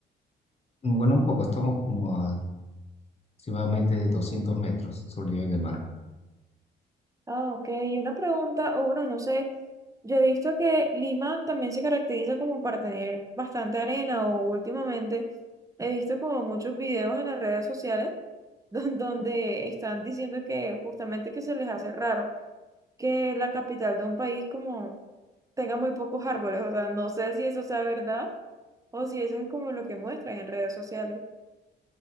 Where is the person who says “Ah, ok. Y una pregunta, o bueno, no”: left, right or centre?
Right